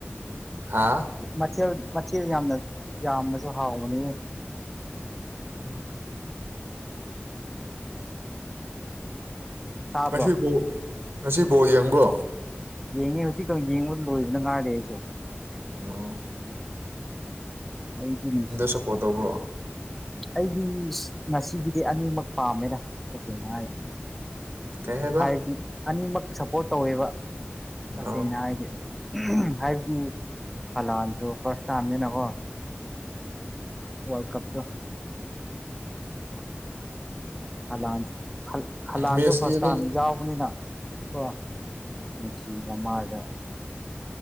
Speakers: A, on the right; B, in the centre.
A: ꯍꯥ
B: ꯃꯊꯦꯜ ꯃꯊꯦꯜ ꯌꯥꯝꯅ ꯌꯥꯝꯕꯁꯨ ꯍꯥꯎꯕꯅꯤ
A: ꯎꯝ
B: ꯇꯥꯕ꯭ꯔꯣ
A: ꯉꯁꯤꯐꯧ ꯉꯁꯤ ꯕ‌ꯣꯜ ꯌꯦꯡꯕꯣ
B: ꯌꯦꯡꯉꯤ ꯍꯧꯖꯤꯛꯀ ꯌꯦꯡꯕ ꯂꯣꯏꯕꯅ ꯉꯥꯏꯔꯦ ꯑꯩꯁꯨ
A: ꯑ
B: ꯑꯩꯗꯤꯅꯨꯡ
A: ꯁꯞꯄꯣꯔꯠ ꯇꯧꯕ꯭ꯔꯣ
B: ꯑꯩꯗꯤ ꯉꯁꯤꯒꯤꯗꯤ ꯑꯅꯤꯃꯛ ꯄꯥꯝꯃꯦꯅ ꯇꯁꯦꯡꯅꯉꯥꯏꯁ
A: ꯀꯩ ꯍꯥꯏꯕ
B: ꯍꯥꯏꯕꯗꯤ ꯑꯅꯤꯃꯛ ꯁꯞꯄꯣꯔꯠ ꯇꯧꯋꯦꯕ ꯇꯁꯦꯡꯅ
A: ꯑꯣ
B: ꯍꯥꯏꯗꯤ ꯍꯥꯏꯕꯗꯤ ꯐꯜꯂ ꯑꯁꯨ ꯐꯔꯁ ꯇ ꯍꯥꯝꯗꯅ ꯀꯣ ꯋꯥꯔꯜꯗ ꯀꯞꯇ
A: ꯎꯝ
B: ꯂꯥꯟ ꯍꯂꯥꯟꯁꯨ
A: ꯃꯦꯠꯁꯇꯤ
B: ꯐꯥꯔꯁ
A: ꯑꯗꯨꯝ
B: ꯇꯥꯝ ꯌꯥꯎꯕꯅꯤꯅ ꯀꯣ ꯅꯨꯡꯁꯤꯕ ꯃꯥꯗꯣ